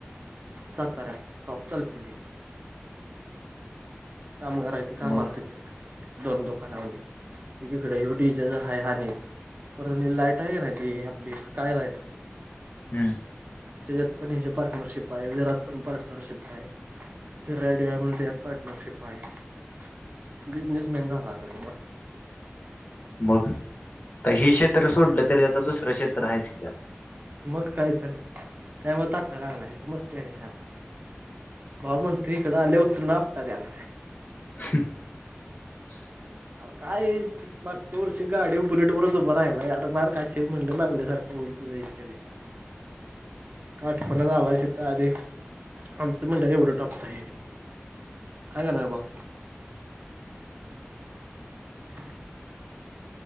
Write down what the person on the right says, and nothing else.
साताऱ्यात टॉप चालते कामगारय ते कामा
आला तिथे दोन दुकानावर एकीकडे एवढी जज ह हानक परत लाईट आहे का नाही ती आपली स्काय लाईट
जयात पण ह पार्टनरशिप आहे विरात पण पार्टनरशिप आहे फिरायडय म्हण त्यात पार्टनरशिप आहे बिझनेसमॅन झाला आता ते मोठ
मग काही तर त्यामुळे ताठठा लागला मस्ती आहे चला भाव मंत त्री इकडं आल्या उचल ना आपतात त्याला
काय मागच्या वर्षी गाडी बुलेट वरच उभ राहायलार मार काचेर म्हणलं मागल्या सारखं बोल तुझ इथे हठ पण आलाचत आदी आमचं म्हणडा एवढं टपच आहे काय का ना भा हम्म